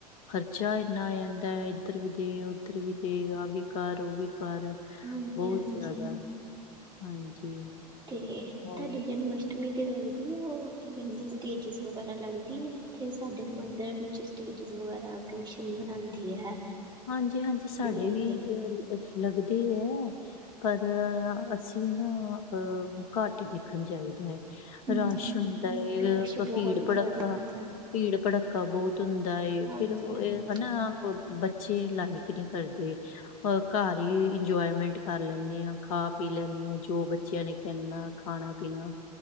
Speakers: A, on the left (about 60°); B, on the right (about 20°).
A: ਖਰਚਾ ਇੰਨਾ ਆ ਜਾਂਦਾ ਇੱਧਰ ਵੀ ਦੇ, ਉੱਧਰ ਵੀ ਦੇ ਆਹ ਵੀ ਕਰ, ਉਹ ਵੀ ਕਰ
B: ਹਾਂਜੀ-ਹਾਂਜੀ-ਹਾਂਜੀ
A: ਬਹੁਤ ਜ਼ਿਆਦਾ, ਹਾਂਜੀ।
B: ਠੀਕ ਏ ਤੇ
A: ਹੋਰ
B: ਤੁਹਾਡੀ ਜਨਮ ਅੱਠਮੀ ਤੇ ਲੱਗਦੀ ਹੈ ਉਹ, ਕਿ ਕਹਿੰਦੇ ਸਟੇਜਿਸ ਵਗੈਰਾ ਲੱਗਦੀ ਹੈ ਇੱਥੇ ਸਾਡੇ ਮੰਦਰ ਵਿੱਚ ਸਟੇਜਿਸ ਵਗੈਰਾ ਐਗਜਿਸ਼ਨ ਬਣਾਉਦੀ ਹੈ।
A: ਹਾਂਜੀ-ਹਾਂਜੀ, ਸਾਡੇ
B: ਤੇ
A: ਵੀ ਅ ਲੱਗਦੇ ਏ ਪਰ, ਅਸੀਂ ਨਾ, ਘੱਟ ਹੀ ਦੇਖਣ ਜਾਈਦਾ ਹੈ।
B: ਹਮ
A: ਰਸ਼ ਹੁੰਦਾ ਏ,
B: ਰਸ਼ ਬਹੁਤ
A: ਭੀੜ -ਭੜਖਾ
B: ਜ਼ਿਆਦਾ ਹੁੰਦਾ
A: ਭੀੜ- ਭੜੱਕਾ ਬਹੁਤ ਹੁੰਦਾ ਏ।
B: ਹਾਂਜੀ
A: ਫੇਰ ਉਹ
B: ਹਾਂਜੀ
A: ਇਹ ਹਨਾ ਬੱਚੇ ਲਾਈਕ ਨੀ ਕਰਦੇ। ਘਰ ਹੀ ਇੰਜੋਏਮੈਂਟ ਕਰ ਲੈਂਦੇ ਹਾਂ। ਖਾ-ਪੀ ਲੈਂਦੇ ਹਾਂ, ਜੋ ਬੱਚਿਆਂ ਨੇ ਕਹਨਾ ਖਾਣਾ- ਪੀਣਾ